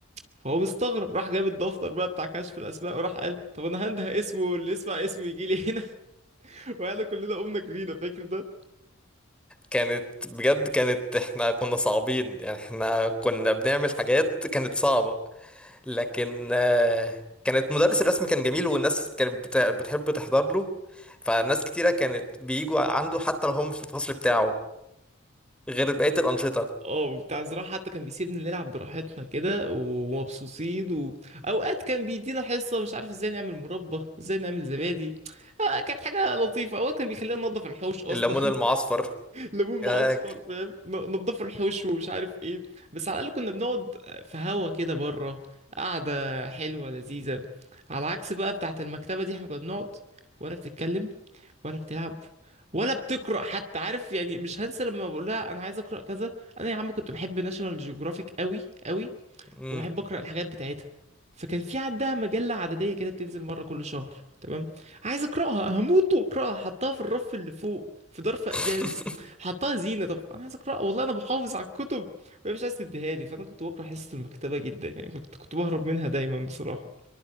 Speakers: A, on the right; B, in the centre.
A: فهو مستغرب راح جاب الدفتر بقى بتاع كشف الاسماء وراح قال طب انا هنده اسمه اللي يسمع اسمه يجي لي هنا <laughs> وقعدنا كلنا قمنا جرينا فاكر ده
B: كانت بجد كانت احنا كنا صعبين يعني احنا كنا بنعمل حاجات كانت صعبة لكن آه، كانت مدرس الرسم كان جميل والناس كانت بت- بتحب تحضر له فناس كتيرة كانت بيجوا عنده حتى لو هم مش في الفصل بتاعه غير بقية الأنشطة
A: اه بتاع زراعة حتى كان بيسيبنا نلعب براحتنا كده ومبسوطين و... اوقات كان بيدينا حصة مش عارف ازاي نعمل مربى ازاي نعمل زبادي آه كانت حاجة لطيفة اوقات كان بيخلينا ننضف الحوش اصلا
B: الليمون المعصفر
A: ليمون
B: آه،
A: معصفر
B: ك-
A: فاهم ن- نضفوا الحوش ومش عارف ايه بس على الاقل كنا بنقعد في هوا كده بره قعده حلوه لذيذه على عكس بقى بتاعه المكتبه دي احنا كنا بنقعد ولا بتتكلم ولا بتلعب ولا بتقرا حتى عارف يعني مش هنسى لما بقول لها انا عايز اقرا كذا انا يا عم كنت بحب ناشونال جيوغرافيك قوي قوي
B: مم.
A: وبحب اقرا الحاجات بتاعتها فكان في عندها مجله عدديه كده بتنزل مره كل شهر تمام عايز اقراها هموت واقراها حطها في الرف اللي فوق في ظرف ازاز
B: <laughs>
A: حطها زينه طب انا عايز اقراها والله انا محافظ على الكتب وهي مش عايز تديها لي فانا كنت بكره حصه المكتبه جدا يعني كنت كنت بهرب منها دايما بصراحه